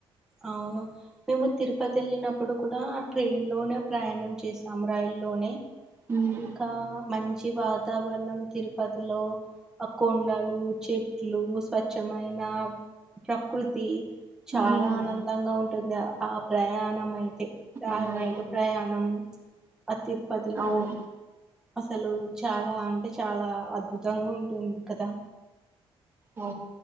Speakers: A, in the centre; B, on the right.
A: అవును మేము తిరుపతి వెళ్ళినప్పుడు కూడా ట్రైన్ లోనే ప్రయాణం చేసాం రైలు లోనే
B: ఉమ్
A: ఇంకా మంచి బ వాతావరణం తిరుపతిలో కొండలు చెట్లు స్వచ్ఛమైన ప్రకృతి చాలా
B: ఉమ్
A: ఆనందంగా ఉం దా ఆ ప్రయాణం అయితే
B: ఉమ్,
A: రైలు ప్రయాణం అ తిరుపతిలో
B: అవును
A: అసలు చాల అంటే చాలా అద్భుత దొంగ ఉంటుంది కదా
B: ఆ